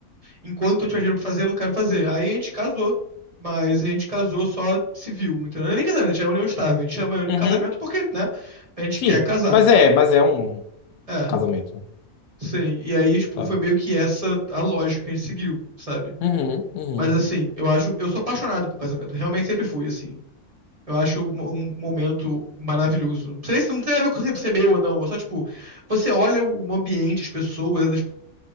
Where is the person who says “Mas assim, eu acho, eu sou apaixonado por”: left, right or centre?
Right